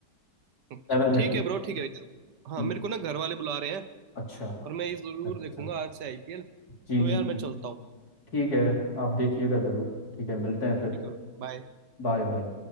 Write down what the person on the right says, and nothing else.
अच्छा
ठीक है ब्रो ठीक है हाँ
मेरे को ना घर वाले बुला रहे हैं
पर मैं ये जरूर
देखूंगा आज से आईपीएल
तो
यार
मैं चलता हूँ
ठीक है बाय